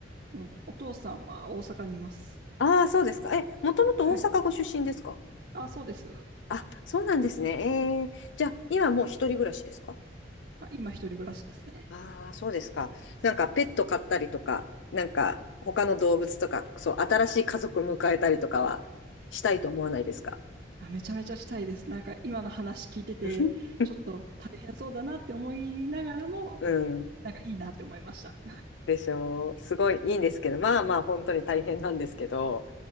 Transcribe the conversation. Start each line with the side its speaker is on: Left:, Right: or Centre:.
Right: うん、お父さんは大阪にいます。
Left: ああ、そうですか。え、もともと大阪ご出身ですか
Right: はい。あ、そうです。
Left: あ、そうなんですね。ええ、じゃあ、今もう一人暮らしですか
Right: あ、今一人暮らしですね。
Left: ああそうですか。なんか、ペット飼ったりとか、なんか、他の動物とか、そう、新しい家族迎えたりとかは、したいと思わないですか
Right: あ、めちゃめちゃしたいです。なんか今の話聞いてて、
Left: <laughs>
Right: ちょっと大変そうだなって思いながらも、
Left: うん。
Right: なんかいいなって思いました。
Left: でしょう。すごいいいんですけど、まあまあ、本当に大変なんですけど。